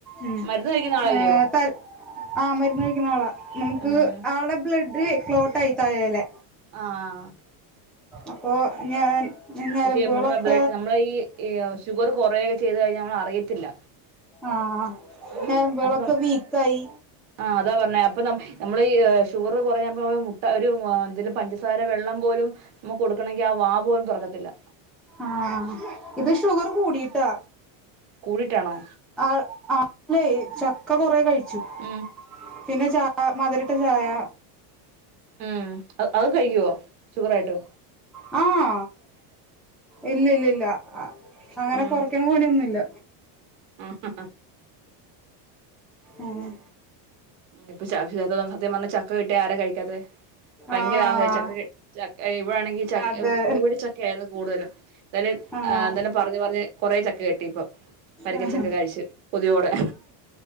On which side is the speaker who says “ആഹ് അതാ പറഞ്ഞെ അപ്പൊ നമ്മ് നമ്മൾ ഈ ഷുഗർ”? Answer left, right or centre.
Right